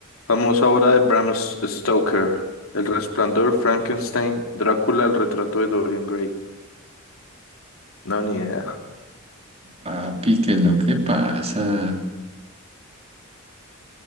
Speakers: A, on the left; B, on the right.
A: Famosa obra de Bram S- Stoker. El Resplandor, Frankenstein, Drácula, el retrato de Dorian Gray. No, ni idea.
B: Papi, ¿qué es lo que pasa?